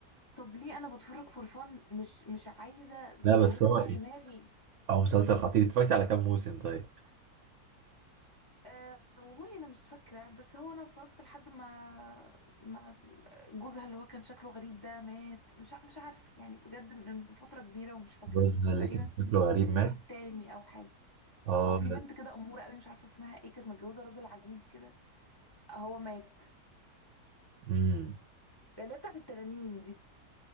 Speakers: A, on the left (about 40°); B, on the right (about 70°).
A: طب ليه انا بتفرج فور فن مش مش عايزه
B: لا
A: مش
B: بس
A: عايزه
B: هو
A: اوجع
B: ايه
A: دماغي
B: هو مسلسل خطير اتفرجت على كام موسم طيب
A: أه والله انا مش فاكره بس هو انا اتفرجت لحد ما ما جوزها اللي هو كان شكله غريب ده مات مش ع- مش عارفه يعني بجد من فتره كبيره ومش فاكره
B: جوزها
A: بس تقريبا
B: اللي كان شكله غريب مات
A: التاني او حاجه
B: اه
A: اه في بنت كده اموره قوي مش عارفه اسمها ايه كانت متجوزه راجل عجيب كده هو مات
B: امم
A: ده اللي هي بتاعت التنانين دي